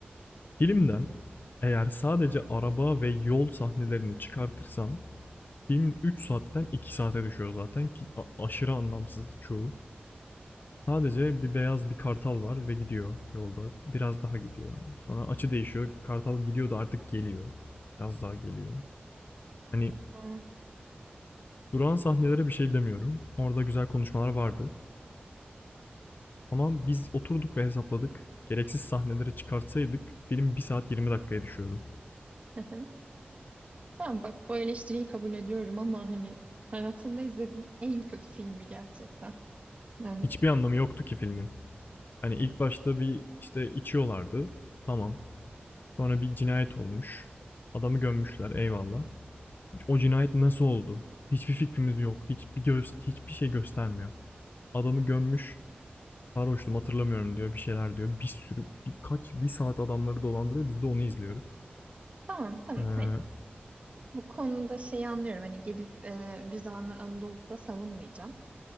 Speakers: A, on the left; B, on the right.
A: Filmden eğer sadece araba ve yol sahnelerini çıkartırsan film 3 saatten 2 saate düşüyor zaten ki aşırı anlamsız çoğu. Sadece bir beyaz bir kartal var ve gidiyor yolda. Biraz daha gidiyor. Sonra açı değişiyor. Kartal gidiyordu artık geliyor. Biraz daha geliyor. Hani
B: Ha,
A: duran sahnelere bir şey demiyorum. Orada güzel konuşmalar vardı. Ama biz oturduk ve hesapladık. Gereksiz sahneleri çıkartsaydık film bir saat 20 dakikaya düşüyordu.
B: hı hı. Tamam bak bu eleştiriyi kabul ediyorum ama hani hayatında izlediğin en kötü filmi gerçekten. Yani
A: Hiçbir anlamı yoktu ki filmin. Hani ilk başta bir işte içiyorlardı. Tamam. Sonra bir cinayet olmuş. Adamı gömmüşler. Eyvallah. O cinayet nasıl oldu? Hiçbir fikrimiz yok. Hiçbir göz, hiçbir şey göstermiyor. Adamı gömmüş. Sarhoştum hatırlamıyorum diyor. Bir şeyler diyor. Bir sürü birkaç bir saat adamları dolandırıyor. Biz de onu izliyoruz.
B: tamam tamam
A: Ee,
B: hani bu konuda şeyi anlıyorum hani gidip e, bir zamanlar Anadolu'da savunmayacağım.